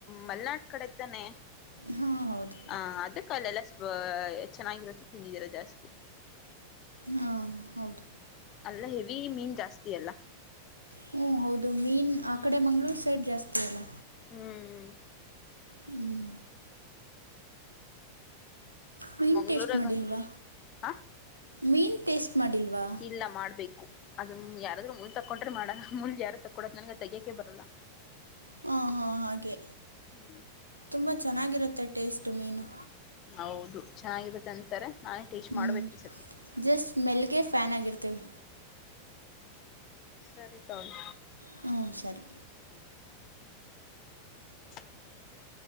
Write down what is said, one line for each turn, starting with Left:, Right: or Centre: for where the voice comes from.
Left: ಮಲೆನಾಡ್ ಕಡೆ ತಾನೆ
Right: ಹಾಂ ಹೌದು
Left: ಹ ಅದು ಕಲ್ಲೆಲ್ಲ ಚೆನ್ನಾಗಿರುತ್ತೆ ತಿಂದಿದ್ದೀರ ಜಾಸ್ತಿ
Right: ಹಾ ಹೌದು
Left: ಅಲ್ಲಿಯ ಹೆವಿ ಮೀನ್ ಜಾಸ್ತಿ ಅಲ್ಲ
Right: ಹ್ಮ ಹೌದು ಮೀನ್ ಆ ಕಡೆ ಮಂಗ್ಗಳೂರ್ ಸೈಡ್ ಜಾಸ್ತಿ ಅಲ್ಲ
Left: ಹ್ಮ್
Right: ಹ್ಮ್ ಮೀನು
Left: ಮಂಗಳೂರು
Right: ಟೇಸ್ಟ್ ಮಾಡಿಲ್ವಾ
Left: <unintelligible>
Right: ಮೀನು ಟೇಸ್ಟ್ ಮಾಡಿಲ್ವಾ
Left: ಇಲ್ಲ ಮಾಡ್ಬೇಕು ಅದ ಯಾರಾದ್ರೂ ಕೊಂಟ್ರೆ ಮಾಡೋಣ ಮುಳ್ಳು ಯಾರು ತಕ್ಕೊಡಲ್ಲ ನನ್ಗೆ ತೆಗಿಯೋಕೆ ಬರಲ್ಲ
Right: ಹಾಂ ಹಾಂ ಹಾಗೆ
Left: ಹ್ಮ್
Right: ತುಂಬ ಚೆನ್ನಾಗಿರುತ್ತೆ ಟೇಸ್ಟು ಮೀನು
Left: ಹೌದು ಚೆನ್ನಾಗಿರುತ್ತೆ ಅಂತಾರೆ ನಾನೇ ಟೇಸ್ಟ್
Right: ಹ್ಮ್
Left: ಮಾಡ್ಬೇಕು ಈ ಸತಿ
Right: ಜಸ್ಟ್ ಸ್ಮೆಲ್ಗೆ ಫ್ಯಾನ್ ಆಗಿರ್ತೇವಿ
Left: ಸರಿ ತಗೋಳಿ
Right: ಹ್ಮ ಸರಿ
Left: <unintelligible> <inaudible>